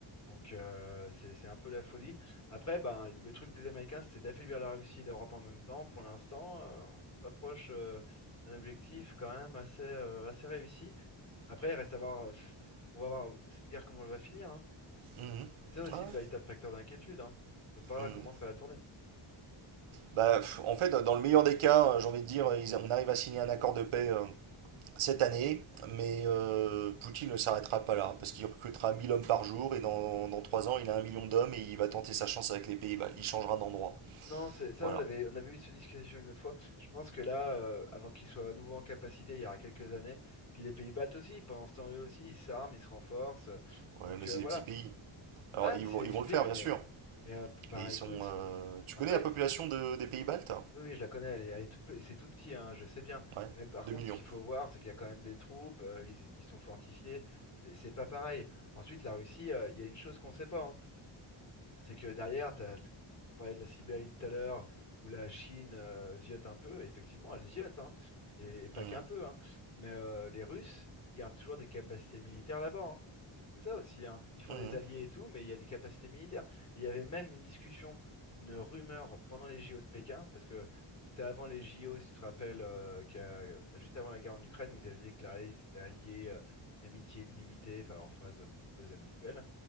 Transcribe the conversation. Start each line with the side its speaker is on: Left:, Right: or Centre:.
Left: Donc euh, c'est c'est un peu la folie. Après, ben, le truc des Américains, c'est d'affaiblir la Russie et l'Europe en même temps. Pour l'instant, euh, on s'approche euh, d'un objectif quand même assez, euh, assez réussi. Après, il reste à voir, euh, pff, on va voir cette guerre comment elle va finir. hein.
Right: Mhm.
Left: C'est ça aussi
Right: Ouais.
Left: le véritable facteur d'inquiétude. Hein. On sait pas
Right: Mhm.
Left: comment ça va tourner.
Right: Bah, pff, en fait, dans le meilleur des cas, euh, j'ai envie de dire, ils- on arrive à signer un accord de paix. euh, cette année, mais euh, Poutine ne s'arrêtera pas là, parce qu'il recrutera 1000 hommes par jour, et dans, dans 3 ans, il a un million d'hommes, et il va tenter sa chance avec les pays baltes. Il changera d'endroit.
Left: Non, c'est ça,
Right: Voilà.
Left: on avait, on avait eu cette discussion une autre fois. Je pense que là, euh, avant qu'ils soient à nouveau en capacité, il y aura quelques années, puis les pays baltes aussi, pendant ce temps, eux aussi, ils s'arment, ils se renforcent.
Right: Ouais,
Left: Donc
Right: mais
Left: euh,
Right: c'est
Left: voilà.
Right: des petits pays. Alors,
Left: Ouais,
Right: ils
Left: mais c'est
Right: vont,
Left: des
Right: ils
Left: petits
Right: vont
Left: pays,
Right: le faire, bien
Left: mais,
Right: sûr.
Left: mais euh, p- bah,
Right: Mais ils sont...
Left: écoute,
Right: euh, Tu
Left: après,
Right: connais la population de- des pays baltes?
Left: oui, oui, je la connais, elle est, elle est toute, pe- c'est tout petit, hein, je sais bien.
Right: Ouais.
Left: Mais par
Right: Deux
Left: contre,
Right: millions.
Left: ce qu'il faut voir, c'est qu'il y a quand même des troupes, euh, ils, ils sont fortifiés, c'est c'est pas pareil. Ensuite, la Russie, euh, il y a une chose qu'on sait pas, hein, c'est que derrière, t'as- on parlait de la Sibérie tout à l'heure, où la Chine euh, ziote un peu, et effectivement, elle ziote, hein, et, et pas
Right: Mhm.
Left: qu'un peu, hein. mais euh, les Russes ils gardent toujours des capacités militaires là-bas. hein. C'est ça aussi, hein. Ils font
Right: Mhm.
Left: les alliés et tout, mais il y a des capacités militaires. Et il y avait même une discussion, une rumeur pendant les JO de Pékin, parce que c'était avant les JO, si tu te rappelles, euh, qu'à- juste avant la guerre en Ukraine, où ils avaient déclaré qu'ils étaient alliés, euh, une amitié illimitée, enfin leur phrase pompeuse habituelle.